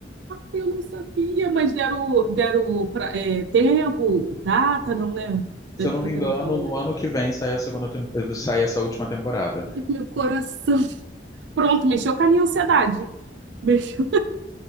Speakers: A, on the right; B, on the left.
A: eu não sabia, mas deram, deram pra, é, tempo, data, não, né?
B: Se
A: Deve
B: eu não
A: estar
B: me
A: gravando
B: engano, no
A: aí.
B: ano que vem sai a segunda, tem- sai essa última temporada.
A: Ai, meu coração. Pronto, mexeu com a minha ansiedade. Mexeu.